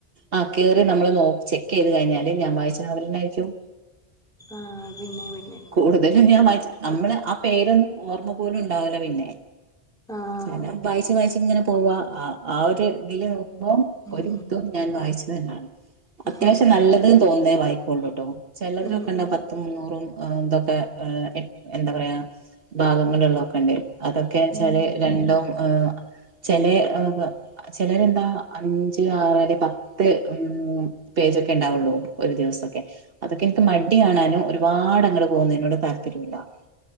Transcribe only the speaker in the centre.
ആഹ് പിന്നെ പിന്നെ
ആഹ്
ഉം
ഉം
ഉം ഉം
ഉം